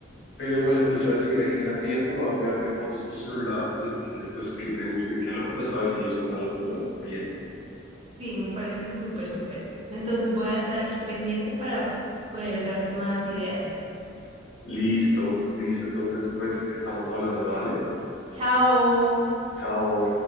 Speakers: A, on the left; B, on the right.
A: Pero bueno, pues yo voy a seguir aquí en la tienda, voy a enviarte fotos a tu celular y me dices pues que te guste y que no, pues para que yo escoja las cosas bien.
B: Sí, me parece súper, súper. Entonces voy a estar aquí pendiente para poder darte más ideas.
A: Listo, listo. Entonces, pues estamos hablando, dale
B: Chao.
A: Chao.